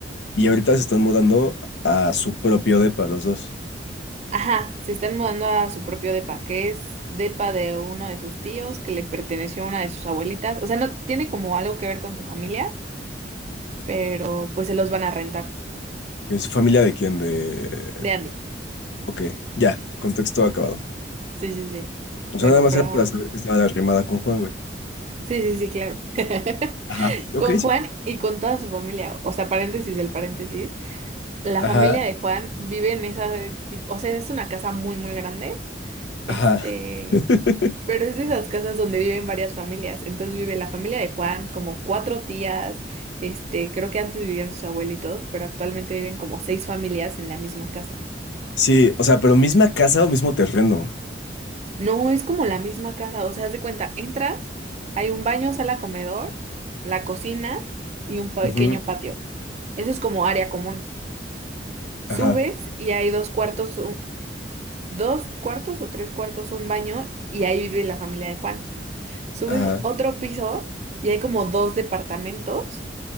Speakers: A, on the left; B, on the right.
A: Y ahorita se están mudando a su propio depa, los dos.
B: Ajá, se están mudando a su propio depa, que es depa de uno de sus tíos que le perteneció a una de sus abuelitas. O sea, no tiene como algo que ver con su familia, pero pues se los van a rentar.
A: ¿Es familia de quién? De...
B: De Andy.
A: Ok, ya, contexto acabado.
B: Sí, sí, sí.
A: O
B: Bueno,
A: sea, nada más
B: pero...
A: era para saber que estaba arrimada con Juan, güey.
B: Sí, sí, sí, claro. <laughs>
A: Ajá, ok,
B: Con
A: sí.
B: Juan y con toda su familia. O sea, paréntesis del paréntesis. La
A: Ajá,
B: familia de Juan vive en esa... de tip- O sea, es una casa muy, muy grande.
A: ajá.
B: Este...
A: <laughs>
B: Pero es de esas casas donde viven varias familias. Entonces vive la familia de Juan, como cuatro tías. Este, creo que antes vivían sus abuelitos, pero actualmente viven como seis familias en la misma casa.
A: Sí, o sea, pero misma casa o mismo terreno.
B: No es como la misma casa. O sea, haz de cuenta, entras, hay un baño, sala, comedor, la cocina y un pequeño
A: Ujú,
B: patio. Eso es como área común. Subes
A: Ajá,
B: y hay dos cuartos, un- dos cuartos o tres cuartos, un baño, y ahí vive la familia de Juan. Subes
A: ajá,
B: otro piso y hay como dos departamentos.